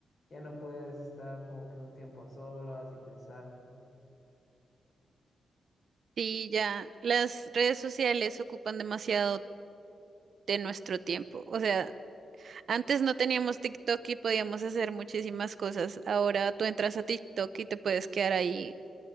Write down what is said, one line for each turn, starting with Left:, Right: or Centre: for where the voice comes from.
Left: ya no puedes estar como que un tiempo a solas y pensar.
Right: Sí, ya, las redes sociales ocupan demasiado de nuestro tiempo. O sea, Antes no teníamos TikTok y podíamos hacer muchísimas cosas. Ahora tú entras a TikTok y te puedes quedar ahí